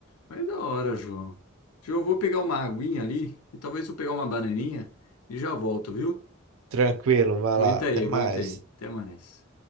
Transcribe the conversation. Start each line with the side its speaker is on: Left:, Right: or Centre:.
Left: Mas é da hora, João. João, eu vou pegar uma aguinha ali e talvez eu pegar uma bananinha e já volto, viu?
Right: Tranquilo, vai
Left: Aguenta
Right: lá, até
Left: aí, aguenta
Right: mais.
Left: aí. Até mais.